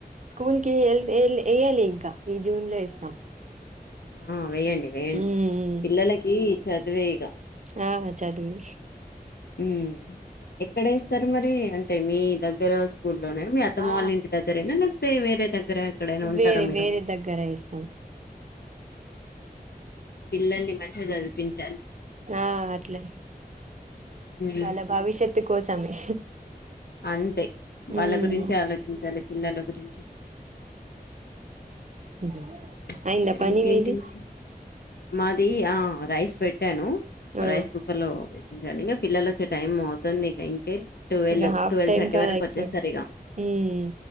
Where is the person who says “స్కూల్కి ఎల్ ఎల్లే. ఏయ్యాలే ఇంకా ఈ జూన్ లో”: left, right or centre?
Right